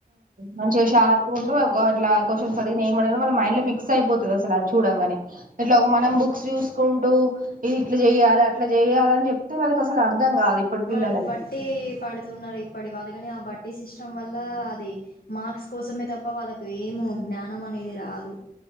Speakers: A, on the right (about 65°); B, on the left (about 80°).
A: మంచిగా షార్ప్ ఉండి అట్లా క్వశ్చన్ అడిగిన ఏమడి వాళ్ళ మై ఇలా ఫిక్స్ అయిపోతాది అసలు ఆది చూడంగానే ఇట్లా మనం బుక్స్ చూసుకుంటూ ఇది ఇట్లా చేయి అట్లా చేయాల అని చెప్తే వాళ్ళకి అసలు అర్థం కాదు ఇప్పటి పిల్లలకు
B: వాళ్ళకు బట్టి పడుతున్నారు ఇప్పటి వాళ్ళకి కాని ఆ బట్టి సిస్టమ్ వల్ల అది మార్క్స్ కోసమే తప్ప వాళ్ళకు ఏము జ్ఞానం అనేది రా అదు